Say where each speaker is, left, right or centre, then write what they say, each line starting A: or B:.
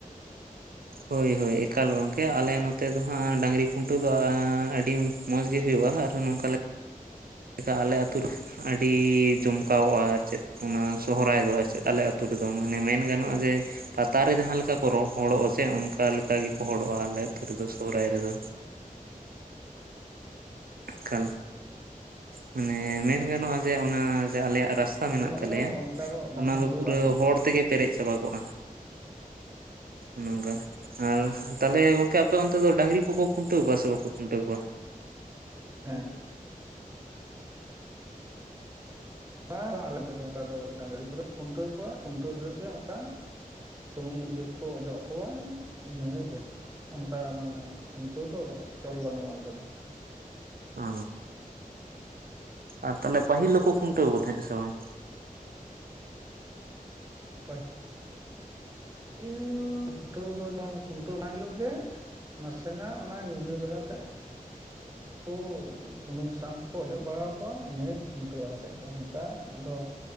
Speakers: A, on the right; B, on the right.
A: ᱦᱳᱭ ᱦᱳᱭ ᱮᱠᱟᱞ ᱜᱚᱝᱠᱮ ᱟᱞᱮ ᱱᱚᱛᱮ ᱫᱚ ᱦᱟᱸᱜ ᱰᱟᱝᱨᱤ ᱠᱷᱩᱱᱴᱟᱹᱣ ᱫᱚ ᱟᱹᱰᱤ ᱢᱚᱸᱡᱽ ᱜᱮ ᱦᱩᱭᱩᱜᱼᱟ ᱟᱨ ᱱᱚᱝᱠᱟ ᱪᱮᱠᱟ ᱟᱞᱮ ᱟᱹᱛᱩ ᱨᱮ ᱟᱹᱰᱤ ᱡᱚᱢᱠᱟᱣᱚᱜᱼᱟ ᱟᱨ ᱪᱮᱫ ᱚᱱᱟ ᱥᱚᱦᱨᱟᱭ ᱫᱚ ᱟᱨ ᱪᱮᱫ ᱟᱞᱮ <unintelligible> ᱟᱹᱛ ᱛᱩ ᱨᱮᱫᱚ ᱢᱟᱱᱮ ᱢᱮᱱ ᱜᱟᱱᱚᱜᱼᱟ ᱡᱮ ᱯᱟᱛᱟ ᱨᱮ ᱡᱟᱦᱟᱸ ᱞᱮᱠᱟ ᱠᱚ ᱨᱚᱦᱚᱲᱚᱜᱼᱟ ᱥᱮ ᱚᱱᱠᱟ ᱚᱠᱟ ᱞᱮᱠᱟ
B: ᱚ
A: ᱜᱮᱠᱚ ᱦᱚᱲᱚᱜᱼᱟ ᱟᱞᱮ ᱟᱛ ᱨᱮᱫᱚ ᱥᱚᱦᱨᱟᱭ ᱨᱮᱫᱚ ᱮᱠᱟᱞ ᱢᱟᱱᱮ ᱢᱮᱱ ᱜᱟᱱᱚᱜᱼᱟ ᱡᱮ ᱚᱱᱟ ᱟᱞᱮᱭᱟᱜ ᱨᱟᱥᱛᱟ
B: ᱟᱞᱮ
A: ᱢᱮᱱᱟᱜ
B: ᱱᱚᱛᱮ
A: ᱛᱟᱞᱮᱭᱟ
B: ᱫᱚ ᱚᱱᱠᱟ ᱰᱟᱝ
A: ᱚᱱᱟ
B: ᱠᱷᱩᱱᱴᱟᱹᱣ
A: ᱫᱚ ᱯᱩᱨᱟᱹ
B: ᱵᱟᱝ ᱦᱩᱭᱩᱜᱼᱟ
A: ᱦᱚᱲ ᱛᱮᱜᱮ ᱯᱮᱨᱮᱡ ᱪᱟᱵᱟ ᱠᱚᱜᱼᱟ᱾
B: ᱟᱨ
A: ᱚᱱᱚᱝᱠᱟ ᱟᱨ ᱛᱟᱦᱞᱮ ᱜᱚᱝᱠᱮ ᱟᱯᱮ ᱚᱱᱛᱮ ᱫᱚ ᱰᱟᱹᱝᱨᱤ ᱠᱚᱠᱚ ᱠᱷᱩᱱᱴᱟᱹᱣ ᱠᱚᱣᱟ ᱥᱮ ᱵᱟᱠᱚ ᱠᱷᱩᱱᱴᱟᱹᱣ ᱠᱚᱣᱟ᱾
B: ᱦᱮᱸ ᱵᱟᱝ ᱵᱟᱝ ᱟᱞᱮᱱᱚᱛᱮ ᱫᱚ ᱚᱱᱠᱟ ᱫᱚ ᱰᱟᱹᱝᱨᱤ ᱠᱚᱫᱚ ᱠᱷᱩᱱᱴᱟᱹᱣ ᱠᱚᱣᱟ ᱠᱷᱩᱱᱴᱟᱹᱣ ᱦᱤᱞᱳᱜ ᱜᱮ ᱚᱱᱠᱟ ᱥᱩᱱᱩᱢ ᱮᱭᱟᱹ ᱠᱚᱠᱚ ᱚᱡᱚᱜ ᱟᱠᱚᱣᱟ ᱤᱱᱟᱹᱜᱮ ᱚᱱᱠᱟ ᱢᱟᱱᱮ ᱠᱷᱩᱱᱴᱟᱹᱣ ᱫᱚ ᱪᱚᱞ ᱵᱟᱹᱱᱩᱜᱼᱟ ᱚᱱᱛᱮ ᱫᱚ
A: ᱚ ᱟᱨ ᱛᱟᱦᱞᱮ ᱯᱟᱹᱦᱤᱞ ᱫᱚᱠᱚ ᱠᱷᱩᱱᱴᱟᱹᱣ ᱠᱚ ᱛᱟᱦᱮᱸᱫ ᱥᱮ ᱵᱟᱝ
B: ᱯᱟᱦᱤ ᱤᱞ ᱠᱷᱩᱱᱴᱟᱹᱣ ᱫᱚ ᱡᱮᱢᱚᱱ ᱠᱷᱩᱱᱴᱟᱹᱣ ᱚᱱᱟ ᱦᱤᱞᱳᱜ ᱜᱮ ᱱᱟᱥᱮᱱᱟᱜ ᱚᱱᱟ ᱧᱤᱫᱟᱹ ᱵᱮᱲᱟᱛᱮ ᱠᱚ ᱥᱩᱱᱩᱢ ᱥᱟᱥᱟᱝ ᱠᱚᱠᱚ ᱚᱡᱚᱜ ᱵᱟᱲᱟ ᱠᱚᱣᱟ ᱤᱱᱟᱹ ᱜᱮ ᱠᱷᱩᱱᱴᱟᱹᱣ ᱟᱞᱟ ᱥᱮᱫ ᱫᱚ ᱚᱱᱠᱟ ᱫᱚ